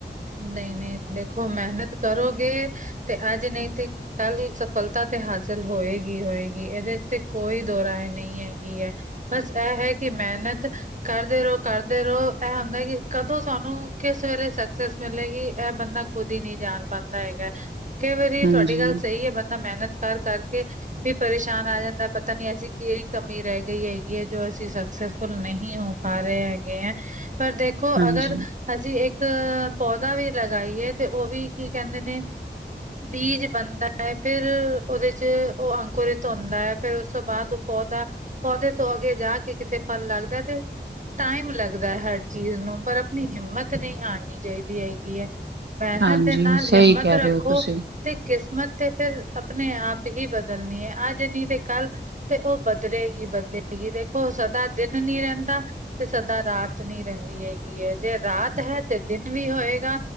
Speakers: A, on the right; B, on the right.
A: ਨਈ-ਨਈ ਦੇਖੋ ਮਿਹਨਤ ਕਰੋਗੇ ਤੇ ਅੱਜ ਨਈ ਤੇ ਕੱਲੀ ਸਫਲਤਾ ਤੇ ਹਾਸਿਲ ਹੋਏਗੀ, ਹੋਏਗੀ। ਏਦੇ 'ਚ ਤੇ ਕੋਈ ਦੋਰਾਏ ਨਈ ਹੈਗੀ ਐ। ਬਸ ਐ ਹੈ ਕਿ ਮਿਹਨਤ ਕਰਦੇ ਰੋ, ਕਰਦੇ ਰੋ ਇਹ ਹੁੰਦੈ ਕਿ ਕਦੋਂ ਸਾਨੂੰ ਕਿਸ ਵੇਲੇ ਸ ਸ ਮਿਲੇਗੀ ਐ ਬੰਦਾ ਖੁਦ ਈ ਨੀ ਜਾਣ ਪਾਂਦਾ ਹੈਗੇ। ਕਈ ਵਾਰੀ
B: ਹਾਂਜੀ
A: ਤੁਆਡੀ ਗੱਲ ਸਈ ਏ ਬੰਦਾ ਮਿਹਨਤ ਕਰ ਕਰ ਕੇ ਵੀ ਪਰੇਸ਼ਾਨ ਆ ਜਾਂਦਾ ਪਤਾ ਨੀ ਅਸੀ ਕੀ ਈ ਕਮੀ ਰਹਿ ਗਈ ਹੈਗੀ ਏ ਜੋ ਅਸੀ ਸਫਲ ਨਹੀ ਹੋ ਪਾ ਰਏ ਹੈਗੇ ਐ ਪਰ ਦੇਖੋ
B: ਹਾਂਜੀ
A: ਅਗਰ ਅਸੀ ਇੱਕ ਪੌਧਾ ਵੀ ਲਗਾਈਏ ਤੇ ਔ ਵੀ ਕੀ ਕੈਂਦੇ ਨੇ ਬੀਜ ਬਨਦਾ ਐ ਫਿਰ ਓਦੇ ਚ ਓ ਅੰਕੁਰਿਤ ਹੁੰਦਾ ਐ ਫੇਰ ਓਸ ਤੋਂ ਬਾਅਦ ਪੌਦਾ, ਪੌਦੇ ਤੋਂ ਅੱਗੇ ਜਾ ਕੇ ਕਿਤੇ ਫਲ ਲੱਗਦਾ ਤੇ। ਟਾਈਮ ਲੱਗਦਾ ਹਰ ਚੀਜ਼ ਨੂੰ ਪਰ ਆਪਣੀ ਹਿੰਮਤ ਨਈ ਹਾਰਨੀ ਚਾਹੀਦੀ ਹੈਗੀ ਔ। ਮੈਹਨਤ
B: ਹਾਂਜੀ
A: ਦੇ ਨਾਲ
B: ਸਹੀ
A: ਹਿੰਮਤ
B: ਕਹਿ
A: ਰੱਖੋ।
B: ਰਹੇ ਹੋ ਤੁਸੀਂ
A: ਤੇ ਕਿਸਮਤ ਤੇ ਫਿਰ ਆਪਣੇ ਆਪ ਹੀ ਬਦਲਨੀ ਐ ਅੱਜ ਨਈ ਤੇ ਕੱਲ। ਤੇ ਉਹ ਬਦਲੇਗੀ-ਬਦਲੇਗੀ, ਦੇਖੋ ਸਦਾ ਦਿਨ ਨੀ ਰਹਿੰਦਾ ਤੇ ਸਦਾ ਰਾਤ ਨੀ ਰਹਿੰਦੀ ਹੈਗੀ ਐ ਜੇ ਰਾਤ ਹੈ ਤੇ ਦਿਨ ਵੀ ਹੋਏਗਾ।